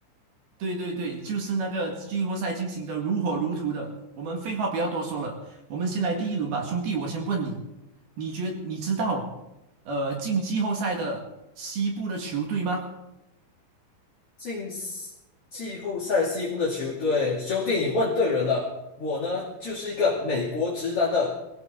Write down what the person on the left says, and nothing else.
进西季后赛西部的球队，兄弟，你问对人了。我呢，就是一个美国直男的